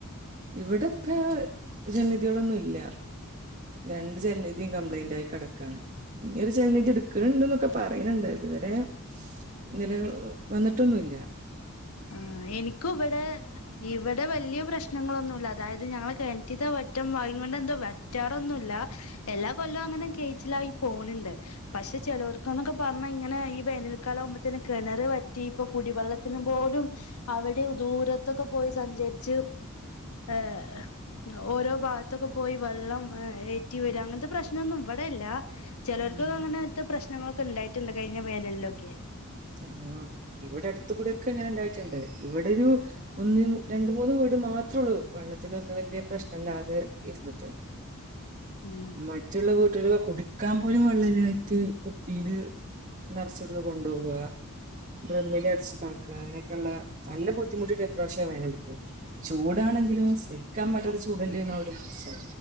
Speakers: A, on the right; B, on the left.
A: ഇവിടെപ്പെ ജല നിധികളൊന്നുംല്ല രണ്ട് ജലനിധിയും കംപ്ലൈന്റ് ആയി കെടക്കാണ് ഇനി ഒരു ജലനിധി ഇട്ക് ക്കല്ണ്ട്ന്നൊക്കെ പറിണിണ്ട് ഇതുവരെ നില വന്നിട്ടൊന്നുല്ല
B: ആ എനിക്കുവടെ ഇവടെ വല്യ പ്രശ്നങ്ങളൊന്നുല്ല അതായത് ഞങ്ങള് കെൺറ്റിതെ വറ്റം ഭാഗ്യം കൊണ്ട് എന്തോ വറ്റാറൊന്നുല്ല എല്ലാ കൊല്ലവും അങ്ങനെ കെയ്ച്ചിലായി പോണണ്ട് പക്ഷെ ചെലോർക്ക്ന്നൊക്കെ പർ ണ ഇങ്ങനെ ഈ വേനൽക്കാലം ആകുമ്പത്തന്നെ കെണറ് വറ്റി ഇപ്പൊ കുടിവെള്ളത്തിന് പോലും അവിടും ദൂരത്തൊക്കെ പോയി സഞ്ചരിച്ച് ഏഹ് ഓരോ ഭാഗത്തൊക്കെ പോയി വെള്ളം ഏറ്റി വരും അങ്ങൻത്തെ പ്രശ്നൊന്നും ഇവടെല്ല ചെലര്ക്
A: ഉം.
B: അങ്ങനത്തെ പ്രശ് ഞങ്ങൾക്കണ്ടായിട്ട്ണ്ട് കയ്ഞ്ഞ വേനൽലൊക്കെ
A: ആഹ് ഇവടെ അട്ത്തു കൂടൊക്കെ ഇങ്ങനെ ഇണ്ടായിട്ട്ണ്ട് ഇവടൊരു ഒന്ന് രണ്ട് മൂന്ന് വീട് മാത്രേള്ളു വെള്ളത്തിനൊക്കെ വല്യ പ്രശ്ന ല്ലാതെ പ്രശ്നല്ലാതെ ഇരുന്നിട്ട്
B: ഉം
A: മറ്റുള്ള വീട്ടലു കുടി <unintelligible> പോലും വെള്ളല്ലായിട്ട് കുപ്പിയില് നേർച്ചി ഇവ്ട്ന്ന് കൊണ്ടോവാ ഡ്രമ്മിൽ അടച്ച്താക്കാ അങ്ങനെയൊകൊള്ള നല്ല ബുദ്ധിമുട്ടുണ്ട് ഈ പ്രാവശ്യ വേനല്ക്ക് ചൂടാണെങ്കിലോ സഹിക്കാൻ പറ്റാത്ത ചൂടല്ലേ എന്ന ഒരു മാസം.